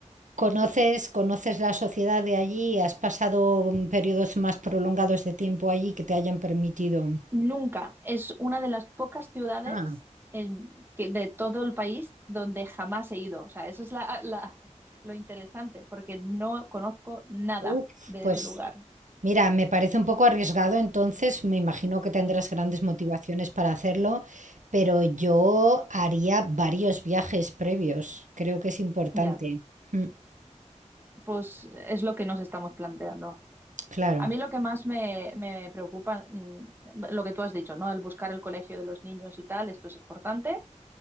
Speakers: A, on the right; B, on the right.
A: ¿Conoces, conoces la sociedad de allí? ¿Has pasado mm, periodos más prolongados de tiempo allí que te hayan permitido?
B: Nunca. Es una de las pocas ciudades
A: Ah,
B: en- que- de todo el país donde jamás he ido. O sea, eso es la, la- lo interesante, porque no conozco nada
A: uf.
B: de
A: Pues
B: ese lugar.
A: mira, me parece un poco arriesgado, entonces me imagino que tendrás grandes motivaciones para hacerlo, pero yo haría varios viajes previos. Creo que es importante.
B: Ya,
A: Mm,
B: pues es lo que nos estamos planteando.
A: claro,
B: A mí lo que más me, me preocupa, mm, lo que tú has dicho, ¿no? El buscar el colegio de los niños y tal, esto es importante,